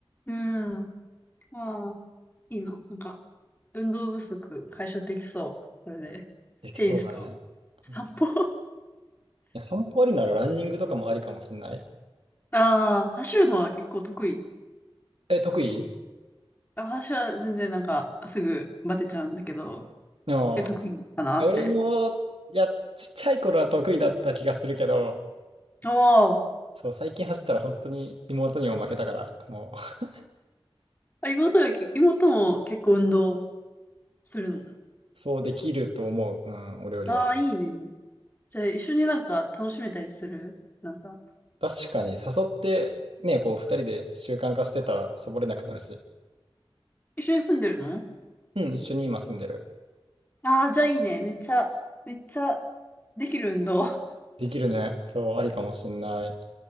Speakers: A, on the left; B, on the right.
A: うん。ああ、いいの。なんか、運動不足解消できそう。これで。
B: できそうだね。
A: テニスと散歩。
B: うんいや、散歩ありならランニングとかもありかもしれない。
A: ああ、走るのは結構得意。
B: え、得意
A: あ私は全然なんか、すぐバテちゃうんだけど、
B: でも、
A: え、得意かなって。
B: いや俺も、いや、ちっちゃい頃は得意だった気がするけど、
A: ああ、
B: そう、最近走ったら本当に妹にも負けたから、もう、
A: あ、妹がけ、妹も結構運動するの。
B: そうできると思う。うん、お料理は。
A: ああ、いいね。じゃあ、一緒になんか楽しめたりするなんか、
B: 確かに、誘って、ね、こう、二人で習慣化してたら、サボれなくなるし。
A: 一緒に住んでるの
B: うん、一緒に今住んでる。
A: ああじゃあいいね。めっちゃ、めっちゃできる運動。
B: できるね。そう、ありかもしんない。